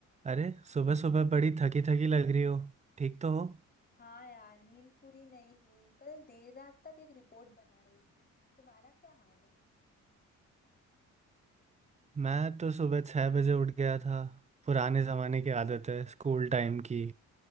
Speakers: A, on the right; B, on the left.
A: अरे सुबह सुबह बड़ी थकी थकी लग रही हो ठीक तो हो
B: हाँ यार नींद पूरी नहीं हुई कल देर रात तक एक रिपोर्ट बना रही थी तुम्हारा क्या हाल है
A: मैं तो सुबह छह बजे उठ गया था पुराने ज़माने की आदत है स्कूल टाइम की